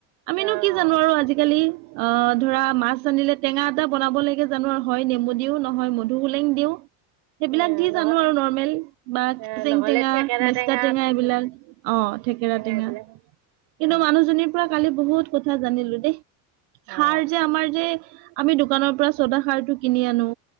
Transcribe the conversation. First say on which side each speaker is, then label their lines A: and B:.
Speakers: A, on the right; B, on the right.
A: আমিনো
B: অ
A: কি
B: অ
A: জানো আৰু আজিকালি অ ধৰা মাছ আনিলে টেঙা এটা বনাব লাগে জানো আৰু হয় নেমু দিও নহ- মধুহুলেং দিওঁ সেইবিলাক
B: এ
A: দি
B: নহ
A: জানো আৰু নৰ্মেল বা কেচেং
B: এ নহ'লে
A: টেঙা
B: থেকেৰা
A: মেচকা টেঙা
B: থাকে
A: এইবিলাক অ থেকেৰা টেঙা
B: এইবিলাক
A: কিন্তু
B: অ
A: মানুহজনীৰ পৰা কালি বহুত কথা জানিলো দেই।
B: অ
A: খাৰ যে আমাৰ যে আমি দোকানৰ পৰা চদা খাৰটো কিনি আনো